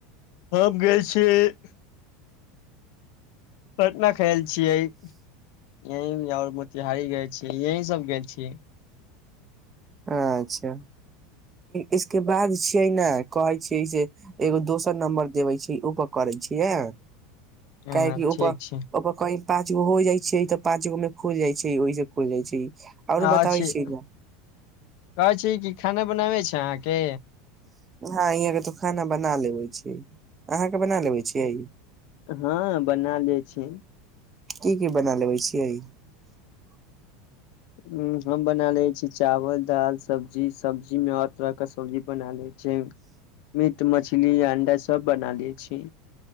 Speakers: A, on the left (about 60°); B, on the right (about 20°).
A: हम गए छियै। <unintelligible> <unintelligible> पटना। खेल छियै। <unintelligible> यही आओर मोतिहारी गेल छीियै यहीं सब गेल छीियै। <unintelligible>
B: अच्छा इसके बाद छियै ने कहै छियै जे एगो दोसर नम्बर देबै छै ओपर करै छियै ह। <unintelligible>
A: हँ
B: क की उप
A: ठीक
B: -उप
A: छै
B: कअ। पाँच गो हो जाइ छै त पांच गो में खुल जाय छै ओहि से खुल जाइ छै। आओरो
A: आ
B: बताबै
A: छी
B: छियै ने। <unintelligible>
A: <unintelligible> कहै छी कि खाना बनाबै छै अहाँके।
B: हँ यहाँ के तू खाना बना लेबे छी अहाँके बना लेबे छीिय। <unintelligible>
A: हँ बना ले छी। <unintelligible>
B: की की बना लेबै छियै। <unintelligible>
A: ह हम बना ले छी चावल दाल सब्जी- सब्जी में हर तरह के सब्जी बना ले छी। छै। <unintelligible> तऽ मछली या अंडा सब बना ले छी। <unintelligible>